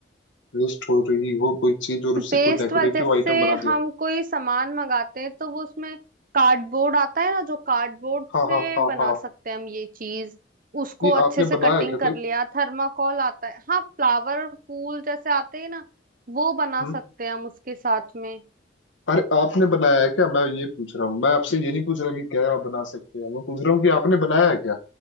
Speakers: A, on the left; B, on the right.
A: वेस्ट हो रही हो कोई चीज और उससे
B: वेस्ट
A: कोई डेकोरेटिव
B: वाला जैसे
A: आइटम बना
B: हम
A: दिया
B: कोई सामान मंगाते हैं तो वो उसमें कार्डबोर्ड आता है ना जो कार्डबोर्ड
A: हाँ
B: से
A: हाँ हाँ
B: बना
A: हाँ
B: सकते हैं हम ये चीज उसको
A: नहीं
B: अच्छे
A: आपने
B: से
A: बनाया
B: कटिंग
A: क्या
B: कर
A: कोई
B: लिया थर्माकोल आता है हाँ फ्लावर फूल जैसे आते हैं ना वो बना
A: हम्म
B: सकते हैं हम उसके साथ में
A: अरे आपने बनाया है क्या मैं ये पूछ रहा हूँ मैं आपसे ये नहीं पूछ रहा कि क्या आप बना सकते हैं मैं पूछ रहा हूँ कि आपने बनाया है क्या